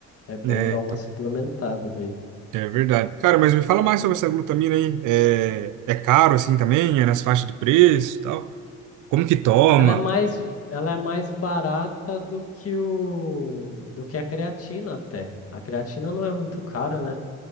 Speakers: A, on the left; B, on the right.
A: é bom
B: É,
A: dar
B: então,
A: uma suplementada daí.
B: é verdade. Cara, mas me fala mais sobre essa glutamina aí. É, é caro assim também? É nas faixas de preço e tal? Como que toma?
A: Ela é mais, ela é mais barata do que o, do que a creatina até. A creatina não é muito cara, né?